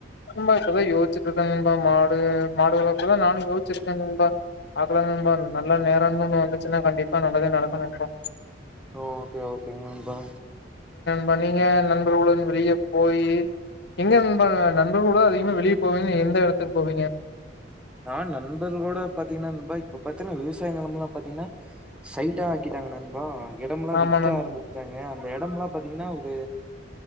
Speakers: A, on the left (about 65°); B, in the centre.
A: ஹிம்பா இப்பதா யோசுட்டு இருக்காங்க நண்பா மாடு மாடு வளர்ப்பதா நானு யோச்சுருக்க நன்பா பாக்லா நண்பா நல்ல நேரனு ஒன்னு வந் இருந்துச்சுன்னா கண்டிப்பா நல்லதே நடக்கு நண்பா
B: ஓகே ஓகே நண்பா
A: பா நீங்க நண்பர்களுட வெளிய போயி எங்க நண்பா நன் கூட அதிகமா வெளிய போவீங்கன்னா எந்த எடத்துக்கு போவீங்க
B: நான் நண்பர்களோட பாத்தீங்கன்னா நண்பா இப்ப பாத்தீங்கன்னா விவசாய நிலமெல்லா பாத்தீங்கன்னா சைட்டா ஆக்கிட்டாங்க நண்பா எடம் எல்லா
A: ஆமா
B: விக்க
A: நண்
B: ஆரம்பிச்சுடாங்க அந்த எடம் எல்லா பாத்தீங்கன்னா ஒரு